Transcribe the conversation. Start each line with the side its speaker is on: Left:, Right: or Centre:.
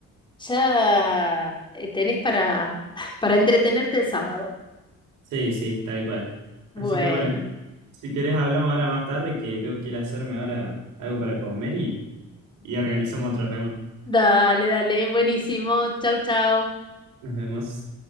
Left: ya eh, tenés para, <laughs> para entretenerte el sábado.
Right: Sí, sí, tal cual.
Left: Bueno,
Right: Así que bueno, si querés hablamos ahora más tarde, que yo quiero hacerme ahora algo para comer y, y organizamos otra reunión.
Left: dale, dale, buenísimo, chau, chau.
Right: Nos vemos.